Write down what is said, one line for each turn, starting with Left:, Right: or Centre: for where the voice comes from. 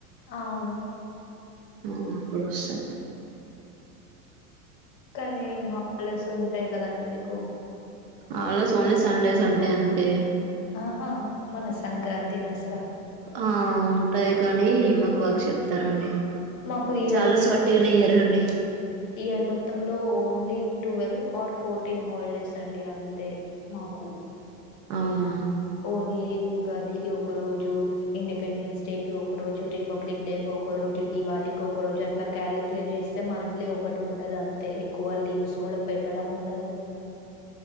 Left: అవును
Right: ఆ అప్పుడు వస్టై
Left: కానీ హాలడేస్ ఉంటాయి కదండి మీకు
Right: holidays only Sunday Sunday అంతే
Left: ఆహా మన సంక్రాంతి దస్
Right: ఆ ఉంటాయ్ కానీ మాకు వర్క్ చెప్తారండి
Left: మాకు ఇయర్
Right: సాలరీస్
Left: మొ
Right: వాట్టిగానే ఇయ్యారండి
Left: ఇయర్ మొత్తంలో only twelve or fourteen holidays అండి అంతే మాకు
Right: అవునా
Left: ఓన్లీ ఉగాదికి ఒక రోజు ఇండిపెండెన్స్ డె కి ఒక రోజు రిపబ్లిక్ డె కి ఒక రో దివాళికి ఒక రోజు అట్లా క్యాలిక్యులేట్ చేస్తే మంత్లీ ఒకటి ఉంటది అంతే ఎక్కువ లీవ్స్ కూడా పెట్టడం ఉండదు